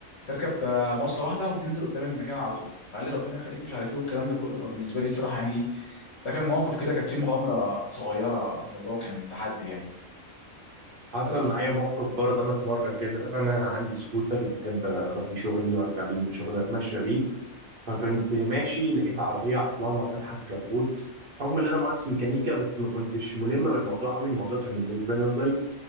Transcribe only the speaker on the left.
تركب آه، مواصله واحده وتنزل قدام المكان على طول فقال لي ربنا يخليك مش عارف ايه والكلام ده كله فبالنسبه لي الصراحه يعني إيه، ده كان موقف كده كانت فيه مغامره صغيره الموضوع كان تحدي يعني
بس